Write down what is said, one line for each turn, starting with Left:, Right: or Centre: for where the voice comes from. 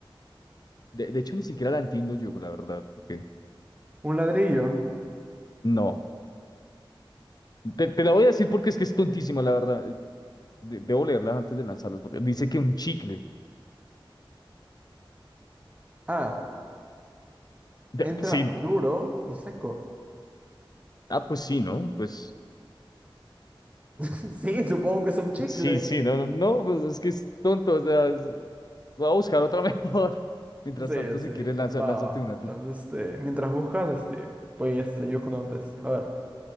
Left: De, de hecho, ni siquiera la entiendo yo, la verdad, porque
Right: Un ladrillo.
Left: no. Te, te la voy a decir porque es que es tontísima, la verdad. eh, De- debo leerla antes de lanzarlas, porque dice que un chicle.
Right: Ah,
Left: Ya,
Right: entra
Left: Sí,
Right: duro y seco.
Left: ah, pues sí, ¿no? Pues
Right: <laughs> Sí, supongo que es un chicle.
Left: sí, sí, no, no, pues es que es tonto, o sea, es- voy a buscar otra <laughs> mejor. Mientras
Right: Sí,
Left: tanto,
Right: sí.
Left: si quieres, lanza,
Right: Va,
Left: lánzate
Right: va.
Left: una.
Right: Entonces,
Left: tú.
Right: este, mientras buscas, este, voy este, yo contesto. A ver.